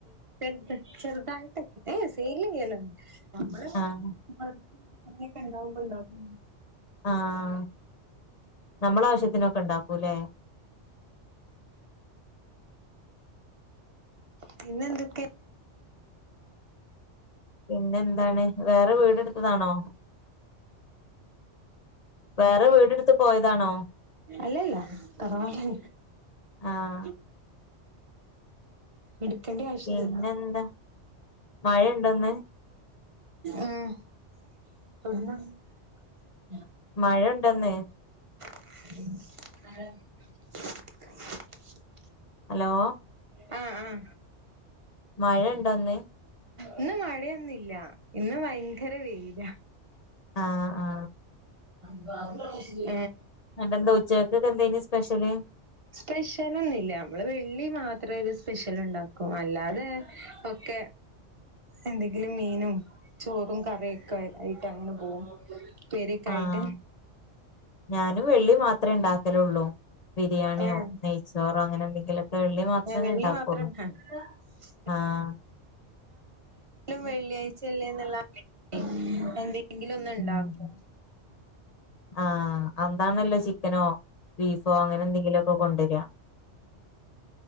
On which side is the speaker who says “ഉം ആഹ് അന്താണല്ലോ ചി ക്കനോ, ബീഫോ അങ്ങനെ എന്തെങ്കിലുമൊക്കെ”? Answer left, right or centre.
Left